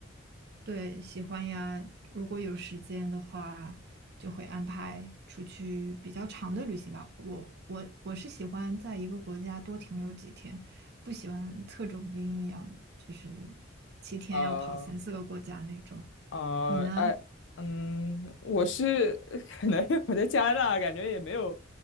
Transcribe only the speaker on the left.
啊。啊，
哎，嗯，我是 <laughs> 可能因为我在加拿大，感觉也没有，